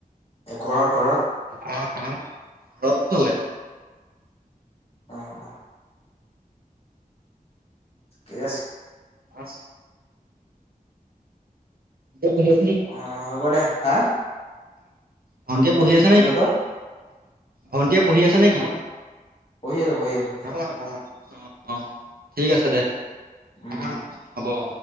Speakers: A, on the left; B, on the right.
A: এ ঘৰত ঘৰত
B: <unintelligible> ঘৰতো চলে?
A: অ', অ'। ঠিকে আছ
B: আছে পঢ়ি আছে নি
A: অ হ'ব দে হা
B: ভণ্টিয়ে পঢ়ি আছে
A: কি
B: নেকি?
A: কৈছ
B: ভণ্টিয়ে পঢ়ি আছে নেকি?
A: পঢি আছে পঢ়ি আছে
B: অ অ অ অ ঠিক আছে দে
A: উম
B: অ
A: উম
B: হ'ব অ